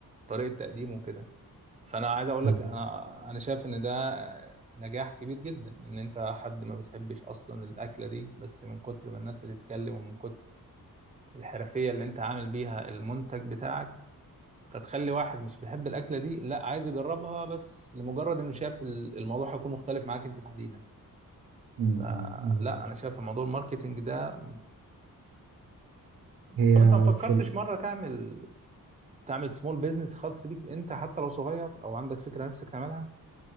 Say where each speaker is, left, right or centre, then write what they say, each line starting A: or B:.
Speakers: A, on the right (about 20°); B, on the right (about 85°).
A: طريقة تقديمه كده فأنا عايز أقول
B: بالظبط
A: لك أنا أنا شايف إن ده نجاح كبير جدا إن أنت حد ما بتحبش أصلا الأكلة دي بس من كتر ما الناس بتتكلم ومن كتر الحرفية اللي أنت عامل بيها المنتج بتاعك فتخلي واحد مش بيحب الأكلة دي لا عايز يجربها بس لمجرد إنه شاف ال- الموضوع هيكون مختلف معاك أنت تحديدا
B: أمم،
A: فلا
B: أمم، بالظبط.
A: أنا شايف موضوع الماركتينج ده
B: هي
A: طب أنت ما فكرتش
B: في
A: مرة تعمل تعمل سمول بيزنس خاص بيك انت حتى لو صغير او عندك فكره نفسك تعملها